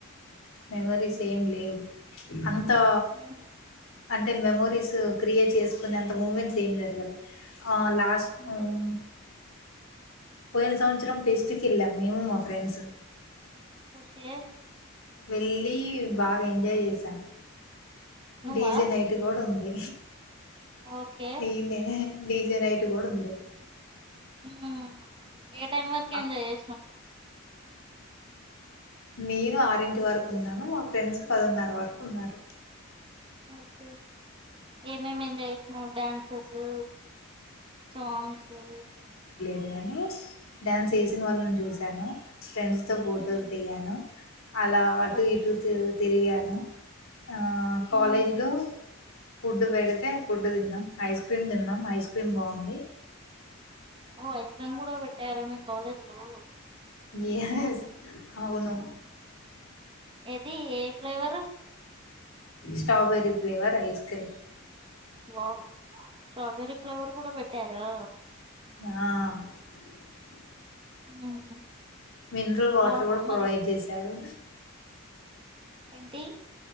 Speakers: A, on the left; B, on the right.
A: మెమరీస్ ఏం లేవు ప్చ్ అం తా
B: ఏం లేవు
A: అంటే మెమోరీస్ క్రియేట్ చేసుకునే అంత మూమెంట్స్ ఏం జరగలె ఆ లాస్ట్
B: అంతే
A: మూమ్ పోయిన సంవత్సరం ఫెస్ట్ కెళ్లాం మేము మా ఫ్రెండ్స్
B: ఓకే
A: వెళ్లి బాగా ఎంజాయ్ చేసాన్
B: నువ్వా
A: డీజే నైట్ కూడా ఉంది
B: ఓకే
A: ఈన్నే డీజే రైట్ కూడా ఉంది
B: నా ఏ టైం వరకు
A: ఆ,
B: ఏంజాయ్ చేస్నావ్
A: నేను ఆరింటి వరుకు ఉన్నాను మా ఫ్రెండ్స్ పదోన్నర వరకు ఉన్నారు
B: ఓకే ఏమేమి ఎంజాయ్ చేసినవు డ్యాన్సెసు సాంగ్సు
A: దు గానీ డ్యాన్స్ చేసిన వాళ్ళను జూశాను, ఫ్రెండ్స్ తో ఫొటోస్
B: ఉమ్
A: దిగాను, అలా అటు
B: ఓకే
A: ఇటు తిరు తిరిగా ఆ కాలేజీలో
B: ఉమ్
A: ఫుడ్ పెడితే ఫుడ్ తిన్నం, ఐస్ క్రీమ్ తిన్నం, ఐస్ క్రీమ్ బాగుంది.
B: ఓ ఐస్ క్రీమ్ కూడా పెట్టార మీ కాలేజ్ లో?
A: ఏస్ అవును
B: ఎది ఏ flavour?
A: Strawberry flavour ice cream.
B: Wow strawberry flavour కూడా పెట్టారా
A: ఆ
B: ఉమ్
A: మిన్రల్ వాటర్
B: బాగుందా
A: కూడా ప్రొవైడ్
B: మరి
A: చేసారు.
B: ఏంటీ?